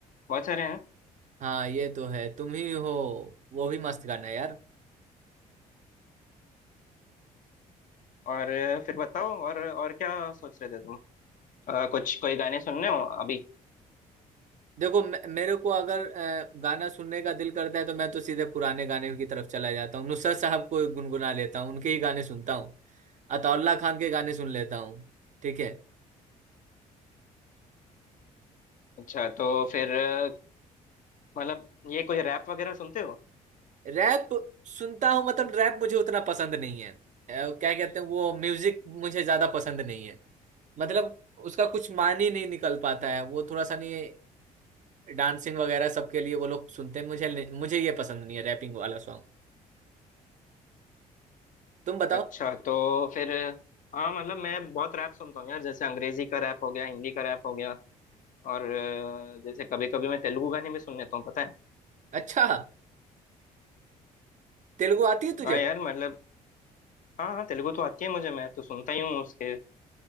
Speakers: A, on the left; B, on the right.
A: बहुत सारे हैं
B: हाँ ये तो है तुम ही हो वो भी मस्त गाना है यार
A: और अ, फिर बताओ और और क्या सोच रहे थे तुम अ, कुछ कोई गाने सुनने हो अभी
B: देखो मे- मेरे को अगर अ, गाना सुनने का दिल करता है तो मैं तो सीधे पुराने गाने की तरफ चला जाता हूँ नुसरत साहब को गुनगुना लेता हूँ उनके ही गाने सुनता हूँ अताउल्ला खान के गाने सुन लेता हूँ ठीक है
A: अच्छा तो फिर अ, मतलब ये कोई रैप वगैरह सुनते हो
B: रैप सुनता हूँ मतलब रैप मुझे उतना पसंद नहीं है अ, क्या कहते हैं वो म्यूजिक मुझे ज्यादा पसंद नहीं है मतलब उसका कुछ मान ही नहीं निकल पाता है वो थोड़ा सा नहीं डांसिंग वगैरह सबके लिए वो लोग सुनते हैं मुझे नहीं- मुझे ये पसंद नहीं है रैपिंग वाला सॉन्ग तुम बताओ
A: अच्छा तो फिर हाँ मतलब मैं बहुत रैप सुनता हूँ यार जैसे अंग्रेजी का रैप हो गया हिंदी का रैप हो गया और अ, जैसे कभी कभी मैं तेलुगु गाने भी सुन लेता हूँ पता है
B: अच्छा तेलुगु आती है तुझे
A: हाँ यार मतलब हाँ हाँ तेलुगु तो आती है मुझे मैं तो सुनता ही हूँ उसके